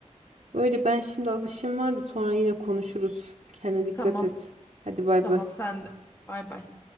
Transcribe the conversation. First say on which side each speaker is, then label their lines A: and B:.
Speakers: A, on the right (about 60°); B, on the left (about 20°).
A: Öyle ben şimdi az işim var da sonra yine konuşuruz. Kendine dikkat
B: Tamam.
A: et. Hadi bay
B: Tamam
A: bay.
B: sen de. Bay bay.